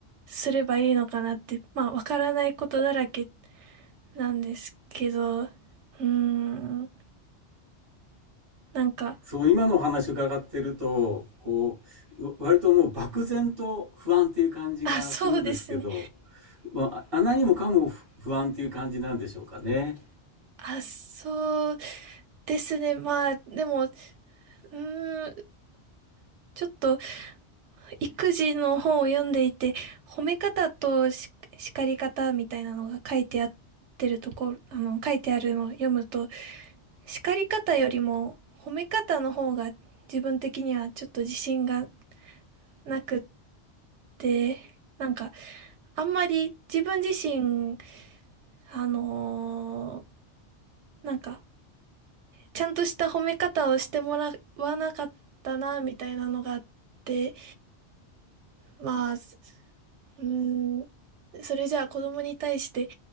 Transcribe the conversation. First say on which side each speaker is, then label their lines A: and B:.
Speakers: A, on the right; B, on the right.
A: すればいいのかなって、まあわからないことだらけなんですけど、うーん、なんか、
B: そう、今のお話伺ってると、こう、わ割ともう漠然と不安っていう感じがするんですけど、
A: あ、そうですね。
B: まああ何もかも不不安っていう感じなんでしょうかね。
A: あ、そうですね。まあ、でも、うーん、ちょっと育児の本を読んでいて、褒め方とし叱り方みたいなのが書いてあってるところ、あの、書いてあるのを読むと、叱り方よりも褒め方の方が自分的にはちょっと自信がなくって、なんか、あんまり自分自身、あのーなんか、ちゃんとした褒め方をしてもらわなかったな、みたいなのがあって、まあ、うーん、それじゃあ子供に対して